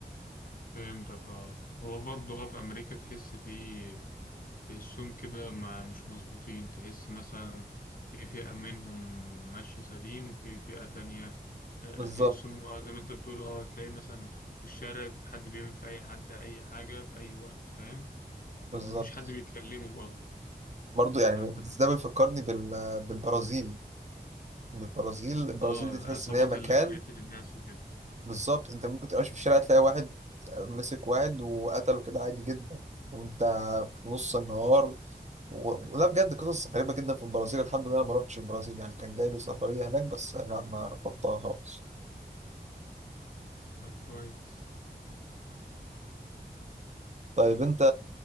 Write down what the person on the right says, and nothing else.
بالظبط
بالظبط
برضه يعني
ده بيفكرني بال... بالبرازيل البرازيل البرازيل
دي تحس
ان هي مكان
بالظبط انت ممكن تبقاش في الشارع تلاقي واحد مسك واحد وقتله كده عادي جدا وانت في نص النهار و... لا بجد قصص غريبة جدا في البرازيل الحمد لله انا ما روحتش البرازيل يعني كان جاي لي سفرية هناك بس لا ما رفضتها خالص
طيب انت